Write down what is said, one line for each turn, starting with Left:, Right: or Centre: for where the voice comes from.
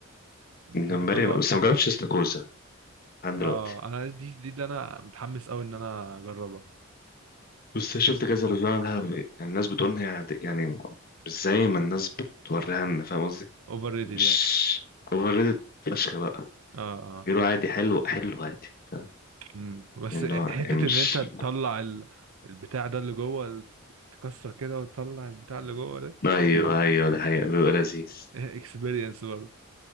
Left: الجمبري
Right: بطبق
Left: بس ما جربتش استاكوزا لحد دلوقتي
Right: اه انا دي دي اللي انا متحمس قوي ان انا اجربها
Left: بس شفت كذا ريفيو عنها يعني الناس بتقول ان هي عادي- يعني مش زي ما الناس بتوريها لنا فاهم قصدي
Right: اوفر ريتد
Left: مش
Right: يعني
Left: اوفر فشخ بقى
Right: اه اه
Left: بيقولوا عادي حلو حلو عادي فاهم
Right: امم بس
Left: يعني اللي
Right: حته
Left: هو يعني مش
Right: ان انت تطلع ال... البتاع ده اللي جوه تكسر كده وتطلع البتاع اللي جوه ده
Left: ايوه ايوه ده حقيقة بيبقى لذيذ
Right: <laughs> اكسبيرينس برضه